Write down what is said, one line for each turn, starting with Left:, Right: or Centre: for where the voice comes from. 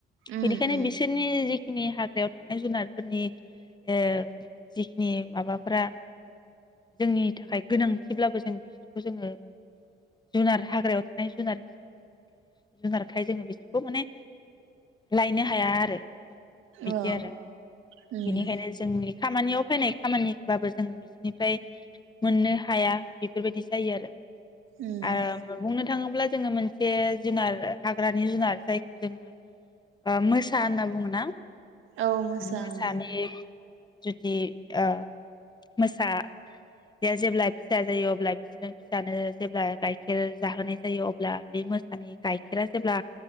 Right: उम
Left: बेनिखानि
Right: उम
Left: बिसनि जिखिनि हाग्रायाव थानाय जुनारफोरनि ओ जिखिनि माबाफोरा जोंनि थाखाय गोनांथिब्लाबो जों बिसोरखौ जोङो जुनार हाग्रायाव थानाय जुनार हिसाब जुनारखाय जोङो बिसोरखौ माने लायनो हाया आरो। बिदि
Right: औ
Left: आरो
Right: उम
Left: बेनिखायनो जोंनि खामानियाव फैनाय खामानिबाबो जोङो बिसोरनिफ्राय मोननो हाया बेफोरबायदि जायो आरो।
Right: उम
Left: आ बुंनो थां थाङोब्ला जोङो मोनसे जुनार हाग्रानि जुनार जायखौ जोङो मोसा होनना बुङो ना।
Right: औ मोसा
Left: मोसानि
Right: उम
Left: जुदि अ मोसा बे जेब्ला फिसा जायो अब्ला बिदिनो फिसानो जेब्ला गाइखेर जाहोनाय जायो अब्ला बे मोसानि गाइखेरा जेब्ला